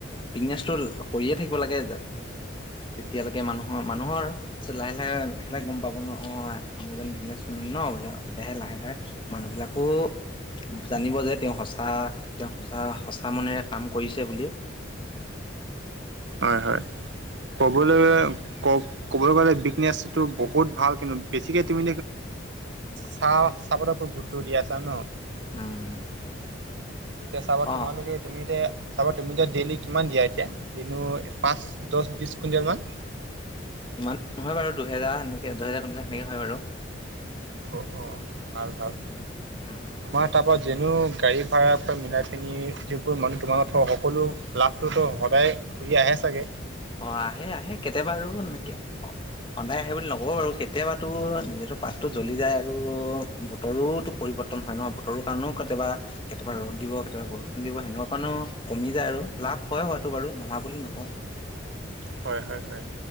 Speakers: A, on the left (about 25°); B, on the right (about 65°).
A: বিজনেছটো কৰিয়ে থাকিব লাগে। যেতিয়ালৈকে মানুহৰ মানুহৰ লাহ লাহে লাহ লাহে গম পাব ন অঁ আমু যেজন বিজনেছমেন ন বোলে তেতিয়াহে লাহে লাহে। মানুহবিলাকো জানিব যে তেওঁ সঁচা তেওঁ সঁচা সঁচা মনেৰে কাম কৰিছে বুলি।
B: হয় হয় ক'বলে কওক ক'বলৈ গ'লে বিকনেছটো বহুত ভাল কিন্তু বেছিকে তুমি চাহ চাবলে ওপৰত গুৰুত্ব দিয়া আছা ন।
A: উম।
B: এতিয়া চাবা
A: অ'
B: তোমালোকে তুমি এতিয়া চাবা তুমি এতিয়া ডেইলি কিমান দিয়া এতিয়া? দিনো পাঁচ, দছ, বিছ কুইণ্টেলমান।
A: ইমান নহয় বাৰু দুহেজাৰ সেনেকে দুহেজাৰ, তিনিহাজাৰ সেনেকে হয় বাৰু।
B: অঁ অঁ ভাল ভাল।
A: উম, উম উম
B: তোমাৰ তাপা যেনো গাড়ী ভাড়াৰ পৰা মিলাই পিনি যিবোৰ মানুহ তোমাৰ লগত থ সকলো লাভটোতো সদায় ঘূৰি আহে চাগে?
A: অ আহে আহে, কেতিয়াবা আৰু নেকে অ সদায় আহে বুলি নক'ব বাৰু কেতিয়াবাতো নিজেটো পাতটো জ্বলি যায় আৰু বতৰোটো পৰিব তন হয় ন, বতৰ কাৰণেও কেতিয়াবা কেতিয়াবা ৰ'দ দিব কেতিয়াবা বৰষুণ দিব সেনেকুৱা কাৰণেও কমি যায় আৰু লাভ হয় হোৱাটো বাৰু নোহোৱা বুলি নকওঁ।
B: হয় হয় হয়।